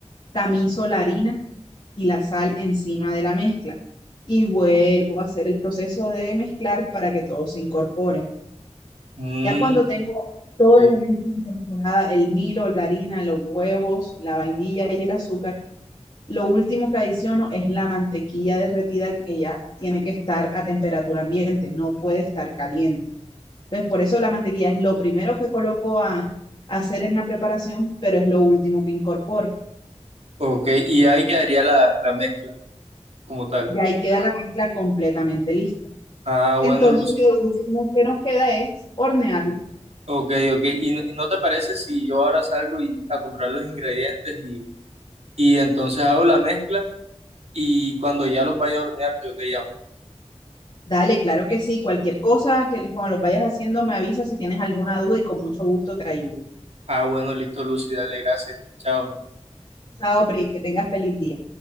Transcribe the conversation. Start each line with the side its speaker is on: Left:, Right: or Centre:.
Left: tamizo la harina y la sal encima de la mezcla. Y vuelvo a hacer el proceso de mezclar para que todo se incorpore.
Right: Mm,
Left: Ya cuando tengo toda
Right: ok,
Left: la mezcla incorporada, el milo, la harina, los huevos, la vainilla y el azúcar, lo último que adiciono es la mantequilla derretida que ya tiene que estar a temperatura ambiente, no puede estar caliente. Entonces, por eso la mantequilla es lo primero que coloco a, a hacer en la preparación, pero es lo último que incorporo.
Right: ok, y ahí quedaría la, la mezcla como tal.
Left: Y ahí queda la mezcla completamente lista.
Right: Ah,
Left: Entonces,
Right: bueno, Lucy.
Left: lo último que nos queda es hornearlo.
Right: Ok, ok. ¿Y, no y no te parece si yo ahora salgo y, a comprar los ingredientes y, y entonces hago la mezcla y cuando ya los vaya a hornear yo te llamo?
Left: Dale, claro que sí. Cualquier cosa que cuando lo vayas haciendo me avisas si tienes alguna duda y con mucho gusto te ayudo.
Right: Ah, bueno, listo, Lucy, dale, gracias. Chao.
Left: Chao, Pri, que tengas feliz día.